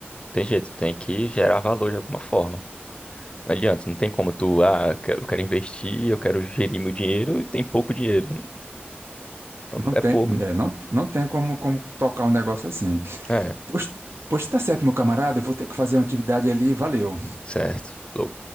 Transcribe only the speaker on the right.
Não
tem,
é, não, não tem como, como tocar um negócio assim.
Pois, pois tá certo, meu camarada, eu vou ter que fazer uma atividade ali, valeu.